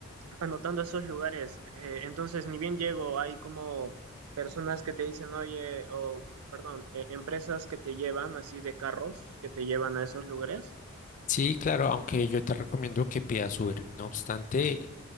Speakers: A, on the right; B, on the left.
A: anotando esos lugares. Eh, entonces, ni bien llego, hay como personas que te dicen, oye, o perdón, eh, empresas que te llevan así de carros, que te llevan a esos lugares.
B: Sí, claro, aunque yo te recomiendo que pidas Uber. No obstante,